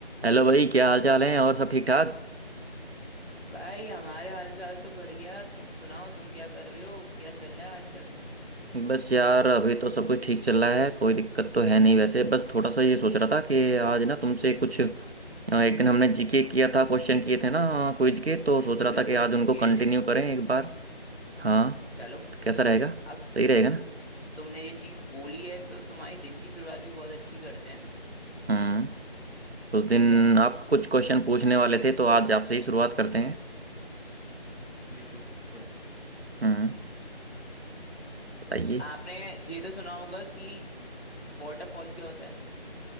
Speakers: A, on the right; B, on the left.
A: हेलो भाई क्या हाल चाल है और सब ठीक ठाक
B: भाई हमारे हालचाल तो बढ़िया तुम सुनाओ तुम क्या कर रहे हो क्या चल रहा है आजकल
A: बस यार अभी तो सब कुछ ठीक चल रहा है कोई दिक्कत तो है नहीं वैसे बस थोड़ा सा ये सोच रहा था कि आज ना तुमसे कुछ अ, एक दिन हमने जीके किया था क्वेश्चन किए थे ना क्विज के तो
B: बिल्कुल
A: सोच रहा
B: बिल्कुल
A: था कि आज उनको
B: किए
A: कंटिन्यू
B: थे
A: करें एक बार हाँ
B: चलो
A: तो कैसा रहेगा
B: अब
A: सही रहेगा ना
B: तुमने ये चीज बोली है तो तुम्हारी दिन की शुरुआत भी बहुत अच्छी करते हैं
A: हम्म उस दिन
B: ठीक है
A: आप कुछ क्वेश्चन पूछने वाले थे तो आज आपसे ही शुरुआत करते हैं
B: बिल्कुल बिल्कुल
A: हम्म बताइए
B: आपने ये तो सुना होगा कि वाटरफॉल क्या होता है